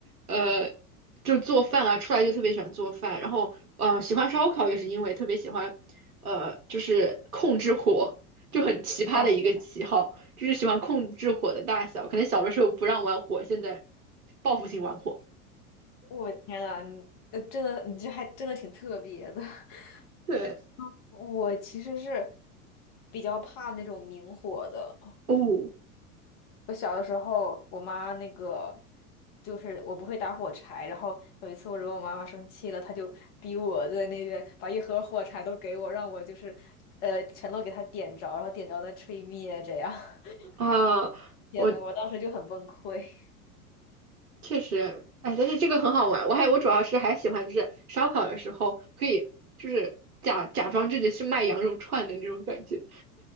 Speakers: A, on the right; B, on the left.
A: 呃，就做饭啊，出来就特别喜欢做饭，然后，嗯、喜欢烧烤也是因为特别喜欢，呃，就是控制火，就很奇葩的一个喜好，
B: <laughs> 哇。
A: 就是喜欢控制火的大小，可能小的时候不让玩火，现在报复性玩火。
B: 我天呐，你呃，真的，你这还真的挺特别的。<laughs>
A: 对，
B: 我其实是比较怕那种明火的。
A: 哦，
B: 我小的时候，我妈那个就是我不会打火柴，然后有一次我惹我妈妈生气了，她就逼我在那边把一盒火柴都给我，让我就是呃全都给她点着，然后点着再吹灭，这样。<laughs>
A: 啊，
B: 天呐，
A: 我
B: 我当时就很崩溃。
A: 确实，哎，但是这个很好玩，我还我主要是还喜欢就是烧烤的时候可以就是假假装自己是卖羊肉串的那种感觉。